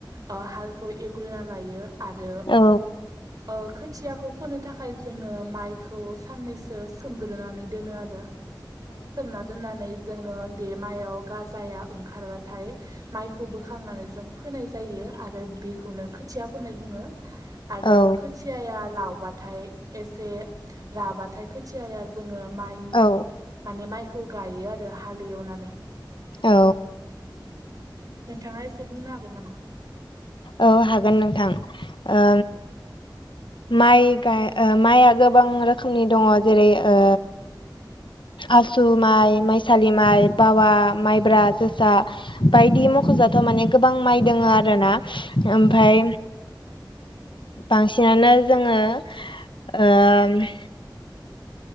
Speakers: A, on the right; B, on the left.
A: ओ हालखौ एवग्रोना लायो। आरो
B: औ
A: ओ खोथियाखौ फोनो थाखाय जोङो माइखौ साननैसो सोमग्रोनानै दोनो आरो। सोमना दोननानै जोङो बे माइयाव गाजाया ओंखारबाथाय। माइखौ बोखांनानै जों फोनाय जायो आरो बेखौनो खोथिया फोनाय बुङो। आरो
B: औ
A: खोथियाया लावबाथाय। एसे राबाथाय खोथियाया जोङो माइनि
B: औ
A: माने माइखौ। गायो आरो हाल एवनानै।
B: औ।
A: नोंथाङा एसे बुंनो हागोन नामा?
B: औ हागोन नोंथां ओ माइ गाय ओ माइआ गोबां रोखोमनि दङ जेरै ओ आसु माइ माइसालि माइ बावा माइब्रा जोसा बायदि मख'जाथाव माने गोबां माइ दोङो आरोना ओमफाय
A: औ
B: बांसिनानो जोङो ओ <inaudible>